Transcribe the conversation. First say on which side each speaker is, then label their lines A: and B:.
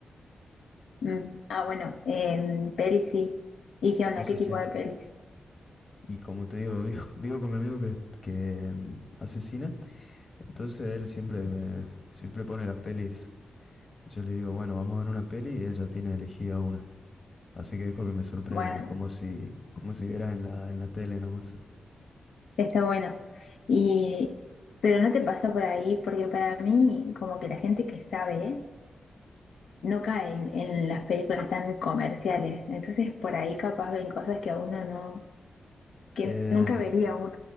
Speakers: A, on the left; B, on the left.
A: Mm, ah, bueno, em, pelis sí. ¿Y qué onda?
B: eso
A: ¿Qué tipo
B: sí.
A: de pelis?
B: Y como te digo, vivo, <laughs> vivo con mi amigo que, que mm, hace cine, entonces él siempre me siempre pone las pelis. Yo le digo, bueno, vamos a ver una peli y ella tiene elegida una. Así que dejo que me sorprenda,
A: Bueno.
B: como si, como si vieras en la, en la tele nomás.
A: Está bueno. Y, pero no te pasa por ahí, porque para mí, como que la gente que sabe, no cae en, en las películas tan comerciales. Entonces, por ahí capaz ven cosas que a uno no, que
B: Em,
A: nunca vería uno.